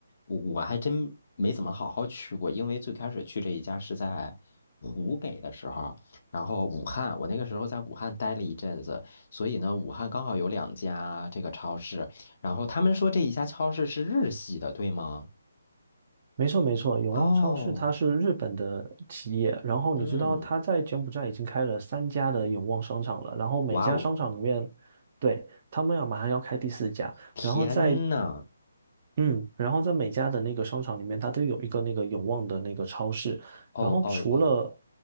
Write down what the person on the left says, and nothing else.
我我还真没怎么好好去过，因为最开始去这一家是在湖北的时候，然后武汉，我那个时候在武汉待了一阵子，所以呢，武汉刚好有两家这个超市，然后他们说这一家超市是日系的，对吗？
哦，
嗯，
哇哦，
天呐，
哦哦哦。